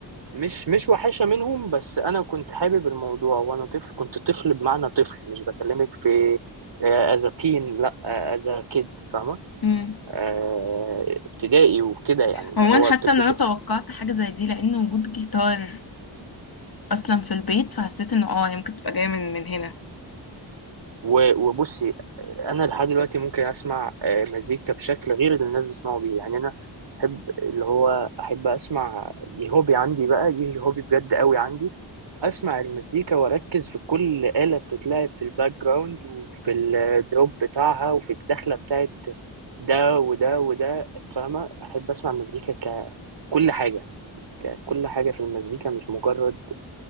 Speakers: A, on the right (about 70°); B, on the left (about 50°).
A: مش مش وحشة منهم بس أنا كنت حابب الموضوع وأنا طفل كنت طفل بمعنى طفل مش بكلمك في أذا تين لأ أذا كيد فاهمة
B: أمم.
A: آه، ابتدائي وكده يعني اللي
B: عموما
A: هو
B: حاسة
A: الطفل
B: إن أنا
A: طفل
B: توقعت حاجة زي دي لأن وجود جيتار أصلا في البيت فحسيت إنه آه هي ممكن تبقى جاية من من هنا
A: و- وبصي انا لحد دلوقتي ممكن اسمع آه، مزيكا بشكل غير اللي الناس بيسمعوا بيه يعني انا احب اللي هو احب اسمع دي هوبي عندي بقى دي هوبي بجد قوي عندي اسمع المزيكا واركز في كل آلة بتتلعب في الباك جراوند وفي الدروب بتاعها وفي الدخلة بتاعت ده وده وده فاهمة احب اسمع المزيكا ككل حاجة ككل حاجة في المزيكا مش مجرد